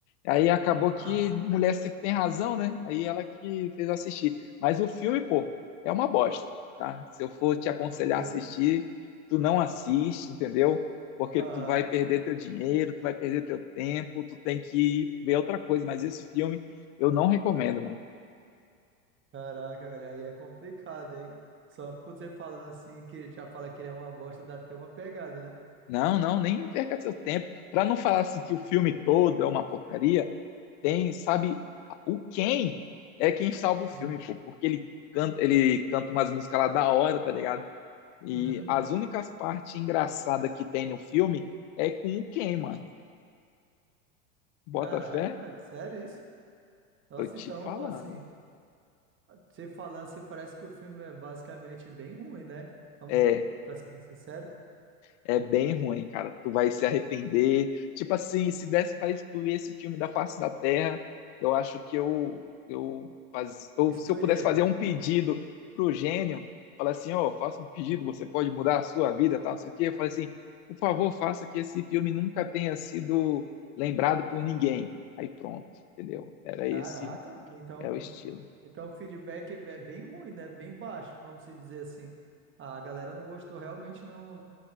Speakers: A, on the left; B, on the right.
A: Aí acabou
B: Ah,
A: que mulher sempre tem razão, né? Aí ela que fez eu assistir. Mas o filme, pô, é uma bosta, tá? Se eu for te aconselhar
B: com certeza.
A: a assistir, tu não assiste, entendeu? porque
B: Aham.
A: tu vai perder teu dinheiro, tu vai perder teu tempo, tu tem que ir ver outra coisa, mas esse filme eu não recomendo, mano.
B: Caraca, velho, aí é complicado, hein? Só por você falando assim, que já fala que ele é uma bosta, dá até uma pegada, né?
A: Não, não, nem perca seu tempo. Pra não falar assim que o filme todo é uma porcaria, tem, sabe, o Ken é quem salva
B: Uhum.
A: o filme, pô, porque ele canta, ele canta umas músicas lá da hora, tá ligado? E
B: Uhum.
A: as únicas partes engraçadas que tem no filme é com o Ken, mano. Bota
B: Caraca,
A: fé?
B: velho, sério isso? Nossa,
A: Tô te
B: então,
A: falando.
B: assim. Você falando assim, parece que o filme é basicamente bem ruim, né? Vamos,
A: É,
B: pra ser bem sincero,
A: É bem ruim, cara. Tu vai se arrepender. Tipo assim, se desse pra excluir esse filme da face da Terra, eu acho que eu, eu faz... ou
B: excluiria.
A: se eu pudesse fazer um pedido pro gênio, falar assim, ó, faça um pedido, você pode mudar a sua vida, tal, não sei o quê. Eu falo assim, por favor, faça que esse filme nunca tenha sido lembrado por ninguém. Aí pronto, entendeu? Era
B: Caraca,
A: esse,
B: então,
A: é o estilo.
B: então o feedback é bem ruim, né? Bem baixo, vamos se dizer assim. A galera não gostou, realmente não,